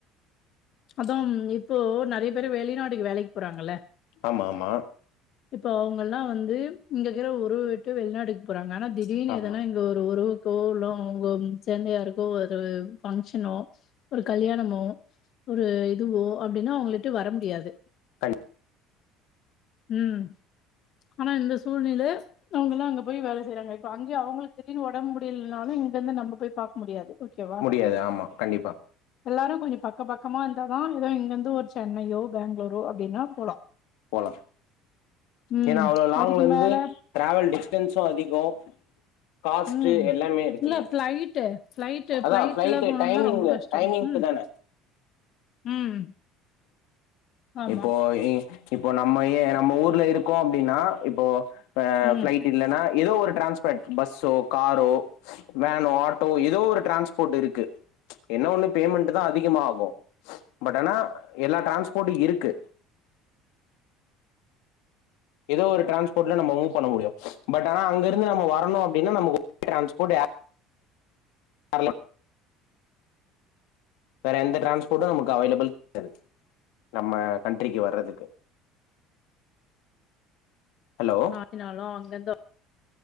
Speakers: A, on the left; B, on the left.
A: அதாம் இப்போ நெறைய பேரு வெளிநாட்டுக்கு வேலைக்கு போறாங்கல்ல
B: ஆமா ஆமா
A: இப்ப அவுங்கல்லா வந்து இங்க இருக்கிற ஊரு விட்டு வெளிநாட்டுக்கு போறாங்க ஆனா திடீர்னு
B: ஆமா
A: எதனா இங்க ஒரு ஒரு ஒறவுக்கோ லோ அவுங்கோ சென்னையா இருக்கு அது ஒரு பங்க்ஷனோ ஒரு கல்யாணமோ ஒரு இதுவோ அப்டின்னா அவுங்களிட்ட வர முடியாது
B: கண்
A: ம் ஆனா இந்த சூழ்நில அவுங்கல்லா அங்க போய் வேல செய்றாங்க இப்ப அங்கையு அவுங்களுக்கு திடீர்னு ஒடம் முடியலனாலு இங்க இருந்து நம்ம போய் பாக்க முடியாது ஓகேவா
B: முடியாது ஆமா கண்டிப்பா
A: எல்லாரு கொஞ்சோ பக்க பக்கமா இருந்தாதா எதோ இங்கிருந்து ஒரு சென்னையோ பேங்ளூரோ அப்டின்னா போலா
B: போலா
A: ம்
B: ஏனா அவ்ளோ லாங்லருந்து
A: அதுக்கு மேல
B: டிராவல் டிஸ்ட்டன்ஷு அதிகோ காஸ்ட்டு
A: ம்
B: எல்லாமே இருக்குல்ல
A: இல்ல ஃபிளைட்டு ஃபிளைட்டு
B: அதா
A: ஃபிளைட்ல
B: ஃப்ளைட்டு
A: போனோம்னா
B: டைமிங்கு
A: ரொம்ப கஷ்டம்
B: டைமிங்க்கு
A: ம்
B: தான
A: ம் ஆமா
B: இப்போ இ இப்போ நம்ம ஏ நம்ம ஊர்ல இருக்கோ அப்டின்னா இப்போ அ
A: ம்
B: ஃப்ளை இல்லனா எதோ ஒரு டிரான்ஸ்பேட் பஸ்சோ காரோ வேனோ ஆட்டோ எதோ ஒரு டிரான்ஸ்போட் இருக்கு என்ன ஒண்ணு பேமெண்ட்டு தா அதிகமா ஆகு பட் ஆனா எல்லா டிரான்ஸ்போட்டு இருக்கு எதோ ஒரு டிரான்ஸ்போட்ல நம் மூவ் பண்ண முடியு பட் ஆன அங்கிருந்து நம்ம வரணு அப்டின்னா நம்ம ஒ <inaudible> டிரான்ஸ்போர்ட் வர்லா வேற எந்த டிரான்ஸ்போட்டு நமக்கு அவைளபிள் <unintelligible> நம்ம கண்ட்ரிக்கு வர்றதுக்கு ஹலோ
A: இர்ந்தாலு அங்கிர்ந்து